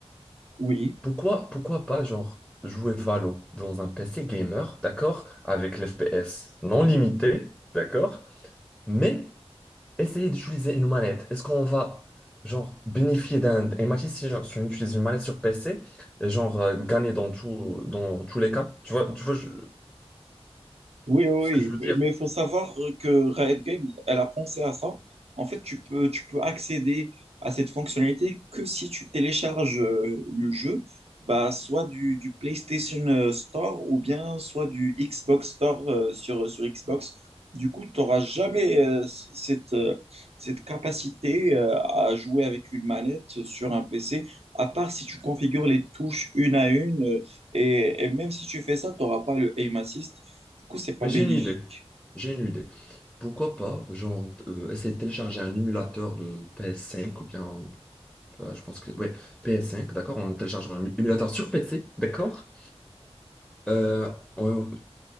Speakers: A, on the right; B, in the centre.
A: oui.
B: Pourquoi, pourquoi pas, genre, jouer Valo dans un PC gamer, d'accord, avec l'FPS non limité, d'accord, mais essayez d'utiliser une manette. Est-ce qu'on va genre bénéficier d'un et match si genre, si on utilise une manette sur PC, et, genre euh, gagner dans tout, dans tous les cas? Tu vois, tu vois je-
A: Oui, oui,
B: ce que je veux
A: oui,
B: dire?
A: mais il faut savoir que Riot Games, elle a pensé à ça. En fait, tu peux, tu peux accéder à cette fonctionnalité que si tu télécharges euh, le jeu, bah, soit du, du PlayStation euh, Store ou bien soit du Xbox Store euh, sur, sur Xbox. Du coup, tu n'auras jamais euh, c- cette, euh, cette capacité euh, à jouer avec une manette sur un PC, à part si tu configures les touches une à une. euh, et, et même si tu fais ça, tu n'auras pas le aim assist. Du coup, c'est pas
B: Mais
A: bénéfique.
B: j'ai une idée. J'ai une idée. Pourquoi pas, genre, euh, essayer de télécharger un émulateur de PS5 ou bien, euh, je pense que, ouais, PS5, d'accord? On télécharge un émulateur sur PC, d'accord? Euh, on-